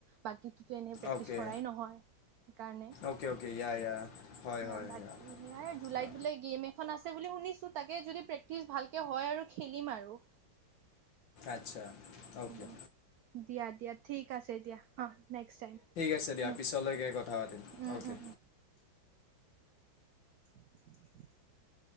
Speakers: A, on the right; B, on the left.
A: বাকীতোটো এনে প্ৰেক্টিছ
B: অ'কে
A: কৰাই নহয় সেই কাৰণে
B: অ'কে অ'কে ইয়া ইয়া হয়
A: আ
B: হয়
A: বাকী
B: ইয়া
A: সেয়াই জুলাইত
B: ইয়া
A: বোলে গেইম এখন আছে বুলি শুনিছো তাকে যদি প্ৰেক্টিচ ভালকে হয় আৰু খেলিম আৰু
B: আচ্ছা অ'কে
A: উম দিয়া দিয়া ঠিক আছে দিয়া অ নেক্স টাইম
B: পিছে দিয়া
A: উম
B: পিছলেকে কথা পাতিম
A: উম
B: অকে
A: উম থ <unintelligible>